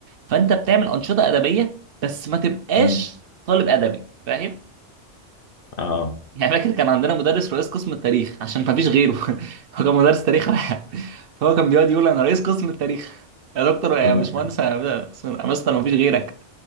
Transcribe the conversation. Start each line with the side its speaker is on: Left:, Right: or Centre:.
Right: فانت بتعمل انشطه ادبيه بس ما تبقاش
Left: مين
Right: طالب ادبي فاهم
Left: اه
Right: يعني فاكر كان عندنا مدرس رئيس قسم التاريخ عشان ما فيش غيره <laughs> هو كان مدرس تاريخ واحد فهو كان بيقعد يقول انا رئيس قسم التاريخ يا دكتور يا
Left: هو
Right: باشمهندس يا مستر ما فيش غيرك